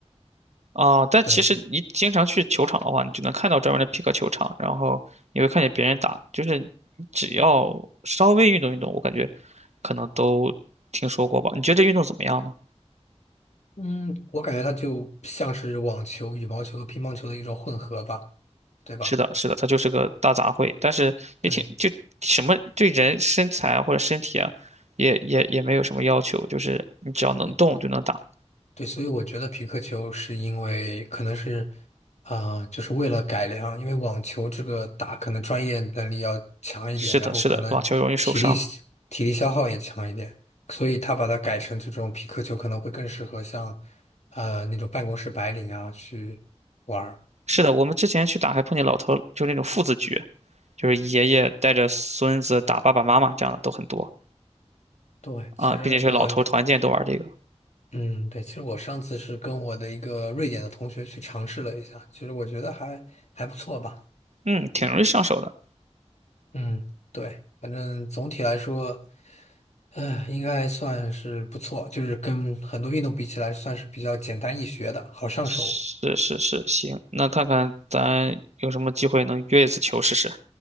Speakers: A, on the right; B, on the left.
A: 啊，但其实你经常去球场的话，
B: <laughs> 对，
A: 你就能看到专门的匹克球场，然后你会看见别人打，就是你只要稍微运动运动，我感觉可能都听说过吧？你觉得这运动怎么样呢？
B: 嗯，我感觉它就像是网球、羽毛球和乒乓球的一种混合吧，对吧？
A: 是的，是的，它就是个大杂烩，但是也挺就什么对人身材或者身体啊，
B: 对
A: 也也也没有什么要求，就是你只要能动就能打。
B: 对。对，所以我觉得皮克球是因为可能是，啊、就是为了改良，因为网球这个打可能专业能力要强一点，
A: 是的，
B: 然后可能体力
A: 是的，网球容易受伤。
B: 体力消耗也强一点，所以他把它改成这种皮克球可能会更适合像，呃，那种办公室白领啊去玩儿。
A: 是的，我们之前去打还碰见老头儿，就那种父子局，就是爷爷带着孙子打爸爸妈妈这样的都很多。
B: 对，其实我，
A: 啊，并且是老头团建都玩这个，
B: 嗯，对，其实我上次是跟我的一个瑞典的同学去尝试了一下，其实我觉得还还不错吧。
A: 嗯，挺容易上手的。
B: 嗯，对，反正总体来说。呃，应该算是不错，就是跟很多运动比起来，算是比较简单易学的，好上手。
A: 是是是，行，那看看咱有什么机会能约一次球试试。